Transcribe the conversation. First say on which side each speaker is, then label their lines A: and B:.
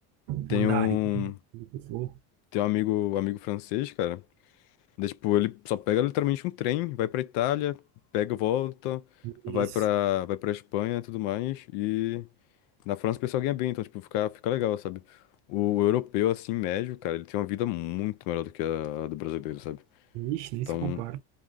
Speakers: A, on the left; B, on the right.
A: Tem
B: mandarim,
A: um,
B: o que for.
A: tem um amigo, um amigo francês, cara. Daí, tipo, ele só pega literalmente um trem, vai pra Itália, pega, volta,
B: Isso.
A: vai pra, vai pra Espanha e tudo mais. E na França o pessoal ganha bem, então, tipo, fica, fica legal, sabe? O europeu, assim, médio, cara, ele tem uma vida muito melhor do que a do brasileiro, sabe?
B: Ixi, nem
A: Então,
B: se compara.